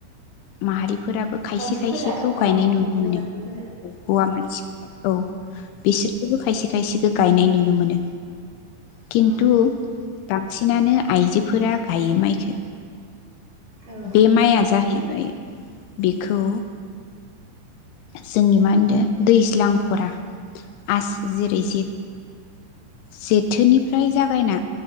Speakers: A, on the left (about 85°); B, on the right (about 35°).
A: माहारि फोराबो खायसे
B: मानसिफोरा
A: खायसेखौ
B: औ
A: गायनाय नुनो
B: औ
A: मोनो
B: मानसिफोरा
A: हौवा मानसिफोर औ। बिसोरखोबो खायसे खायसेखो गायनाय नुनो मोनो। किन्तु
B: औ
A: दाम बांसिनानो आइजोफोरा गायो माइखो।
B: औ
A: बे माइया जाहैयो फाय बेखौ जोंनि मा होनदो दैज्लां भरा आसि जेरै जे- जेथोनिफ्राय जागायना